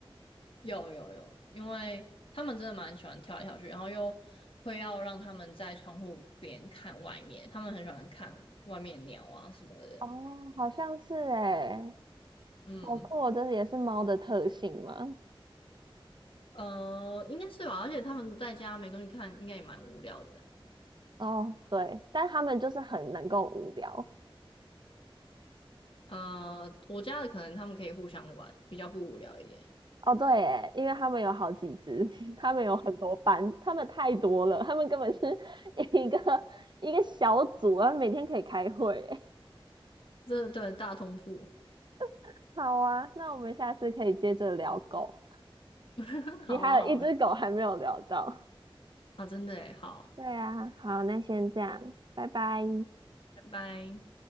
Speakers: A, on the left (about 65°); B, on the right (about 50°).
A: 有有有，因为他们真的蛮喜欢跳来跳去，然后又会要让它们在窗户边看外面，他们很喜欢看外面鸟啊什么的。
B: 哦，好像是诶，
A: 嗯，
B: 好酷哦，这也是猫的特性吗？
A: 呃，应该是吧，而且它们在家没东西看，应该也蛮无聊的。
B: 哦，对，但他们就是很能够无聊。
A: 呃，我家的可能他们可以互相玩，比较不无聊一点。
B: 哦，对耶，因为他们有好几只，<laughs> 他们有很多班，他们太多了，他们根本是 <laughs> 一个一个小组啊，每天可以开会耶。
A: 这对大通铺，
B: <laughs> 好啊，那我们下次可以接着聊狗。
A: <laughs>
B: 你还有一只狗还没有聊到。
A: 好啊好啊，啊真的耶好，
B: 对啊，好，那先这样，拜拜。
A: 拜拜。